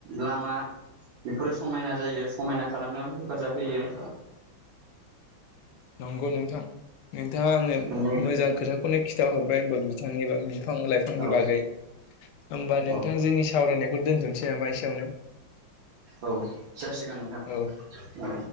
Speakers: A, on the right (about 70°); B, on the left (about 70°).
A: लामा बेफोरो समायना जायो समायना खालामनायाव हेफाजाब होयो
B: नंगौ नोंथां नोंथाङा आंनो
A: नंगौ नोंथां
B: मोजां खोथाखौनो खिन्थााहरबाय होनबा बिथांनि बिफां लाइफांनि
A: औ
B: बागै होमबा नोंथां
A: औ
B: जोंनि सावरायनायखौ दोनथ'नोसै नामा एसेयावनो
A: औ जासिगोन नोंथा
B: औ